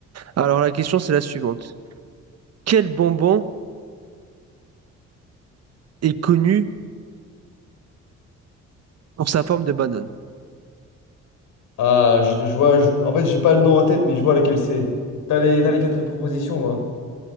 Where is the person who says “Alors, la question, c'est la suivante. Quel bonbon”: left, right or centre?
Right